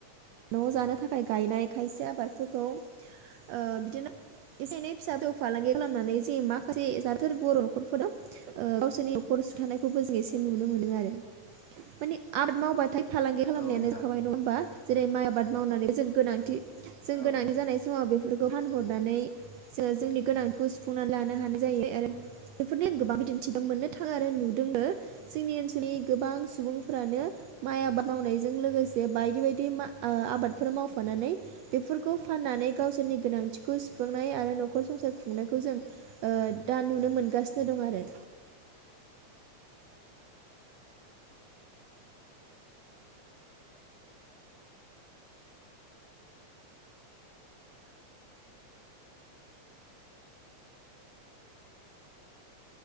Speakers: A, on the right; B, on the left.
A: न' जानो थाखाय गायनाय खायसे आबादफोरखौ ओ बिदिनो एसे एनै फिसा दौ फालांगि खालामनानै जों माखासे जाथोर बर' न'खरफोरा ओ गावसोरनि न'खर सुंथानायखौबो जों एसे नुनो मोनो आरो माने आट मावबा थाय फालांगि खालामनायानो
B: औ नोंथां
A: जाखाबाय नङा होनबा जेरै माइ आबाद मावनानै जों गोनांथि जों
B: औ
A: गोनांथि जानाय समाव बेफोरखौ फानहरनानै जोंनि गोनांथिखौ सु फुंनानै लानो हानाय जायो आरो
B: उम
A: बेफोरनि आं गोबां बिदिन्थिबो मोननो थाङो आरो नुदोंबो जोंनि ओनसोलनि गोबां सुबुंफ्रानो माइ आबाद मावनायजों लोगोसे बायदि बाय बे मा आबादफोरा मावफानानै बेफोरखौ फाननानै गावसोरनि गोनांथिखौ सुफुंनाय आरो न'खर संसार खुंनायखौ जों ओ दा नुनो मोनगासिनो दं आरो